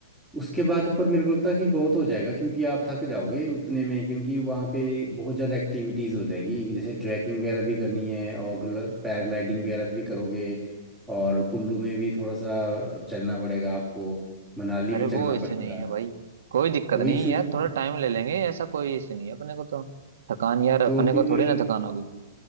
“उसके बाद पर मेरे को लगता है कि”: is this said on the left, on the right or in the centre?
Centre